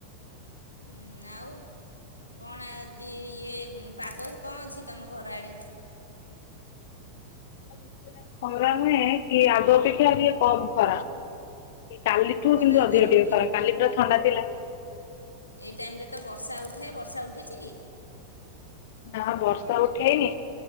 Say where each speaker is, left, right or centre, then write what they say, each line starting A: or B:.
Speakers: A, on the left; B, on the left.
A: ଉ ଆଉ କଣ ଆଜି ଇଏ ପାଗ କଣ ଅଛି ତମ ଘର ଆଡେ
B: <inaudible> ଖରା ନୁହେଁ କି ଆଗ ଅପେକ୍ଷା ଟିକେ କମ୍ ଖରା। କାଲିଠୁ
A: ଖରା
B: କିନ୍ତୁ ଅଧିକ
A: ଗରମ
B: ଟିକେ ଖରା। କାଲି ପୁରା ଥଣ୍ଡା ଥିଲା।
A: ଏଇ ଟାଇମ ରେ ତ ବର୍ଷା ଉଠାଏ ବର୍ଷା ଉଠେଇଛି କି?
B: ନା ବର୍ଷା ଉଠେଇନି,